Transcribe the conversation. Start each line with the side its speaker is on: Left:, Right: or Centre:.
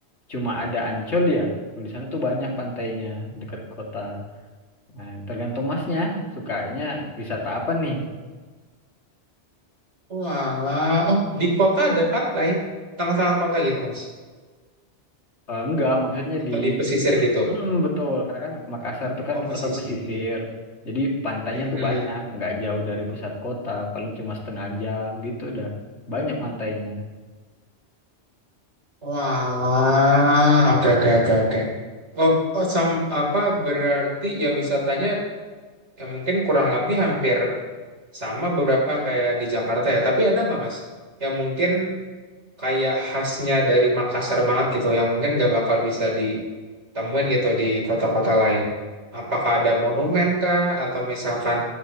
Left: cuma ada Ancol ya. Kalau di sana tuh banyak pantainya deket kota. Nah, tergantung masnya sukanya wisata apa nih.
Right: Walah, oh di kota ada pantai, tengah-tengah kota gitu Mas,
Left: Eh, enggak, maksudnya
Right: atau
Left: di
Right: di pesisir
Left: Mm,
Right: gitu?
Left: mm, betul, karena kan Makassar itu kan
Right: Oh pesisir.
Left: kota pesisir. Jadi pantainya
Right: Hmm, hmm.
Left: tuh banyak, nggak jauh dari pusat kota, paling cuma setengah jam gitu udah banyak pantainya.
Right: Wah, oke oke oke oke. Oh, oh, sam apa berarti ya wisatanya ya mungkin kurang lebih hampir sama beberapa kayak di Jakarta ya. Tapi ada nggak Mas yang mungkin kayak khasnya dari Makassar banget gitu yang mungkin nggak bakal bisa ditemuin gitu di kota-kota lain. Apakah ada monumen kah atau misalkan